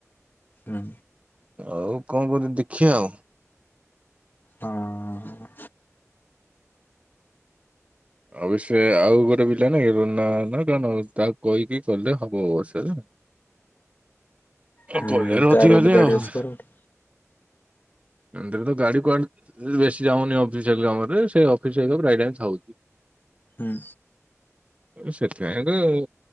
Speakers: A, on the left (about 40°); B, on the right (about 25°).
A: ହୁଁ
B: ଆଉ କଣ କରି ଦେଖିବା ଆଉ?
A: ହଁ ହୁଁ
B: ଅବଶ୍ୟ ଆଉ ଗୋଟେ ପିଲା ନାଇଁ ବୁନ୍ଦାବନ ନା ତ। ନା କଣ ତାକୁ କହିକି କଲେ ହବ ଅବଶ୍ୟ ଯେ। ତମେ
A: ହୁଁ
B: କଇଆରୁ
A: ତାର
B: ଉଠି ଗଲି
A: ହେଲେ ଗାଡି
B: ଆଉ।
A: ଅଛି ପରା ଗୋଟେ
B: ଏମିତିରେ ତ ଗାଡି କୁଆଡେ ବେଶୀ ଯାଉନି ଅଫିସିଆଲି କାମରେ ସେ ଅଫିସ୍‌ ରେ ପ୍ରାୟେ ଟାଇମ୍ ଥାଉଚି।
A: ହୁଁ।
B: ସେଥିପାଇଁ କା ଆଉ।